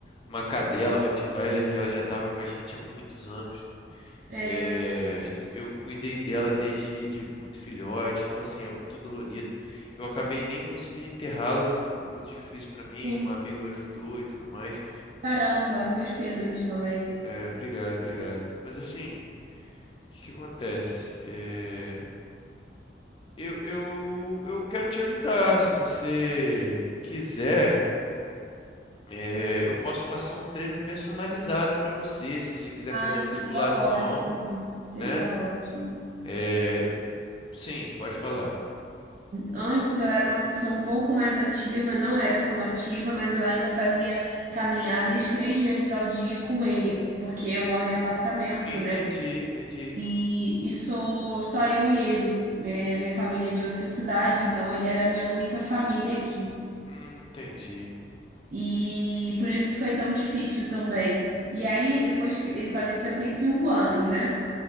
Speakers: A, on the left; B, on the right.
A: uma cadela Rottweiler que ela já estava com a gente há muitos anos, né?
B: é,
A: É, a gente, eu cuidei dela desde de muito filhote, então, assim, é muito dolorido. Eu acabei nem conseguindo enterrá-la, foi muito difícil para mim.
B: sim.
A: Um amigo ajudou e tudo mais.
B: Caramba, meus pêsames também.
A: É, obrigado, obrigado. Mas assim, o que que acontece? É, eu, eu, eu quero te ajudar. Se você quiser, é, eu posso passar um treino personalizado para você. Se você quiser
B: Ah,
A: fazer a musculação,
B: seria ótimo, seria
A: né?
B: ótimo.
A: É, sim, pode falar.
B: Antes eu era uma pessoa um pouco mais ativa, não era tão ativa, mas eu ainda fazia caminhadas três vezes ao dia com ele, porque eu moro em apartamento,
A: Entendi,
B: né?
A: entendi.
B: E, e sou só eu e ele. É, minha família é de outra cidade, então ele era a minha única família aqui.
A: Hum, entendi.
B: E por isso que foi tão difícil também. E aí,
A: Não.
B: depois que ele faleceu, tem cinco anos, né?